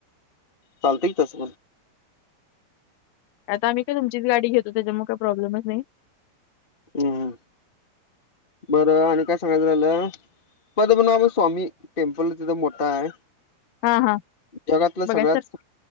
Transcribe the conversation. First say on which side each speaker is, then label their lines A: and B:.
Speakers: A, on the left; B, on the left.
A: चालतय इथच
B: आता आम्ही काय तुमचीच गाडी घेतो त्याच्यामुळे काही प्प्रॉब्लेमच नाही.
A: हम् बरं आणि काय सांगायचं झाला पद्मनाभ स्वामी टेम्पल तिथ मोठा आहे.
B: हा हा
A: जगातलं
B: बघाय
A: सगळ्यात
B: सर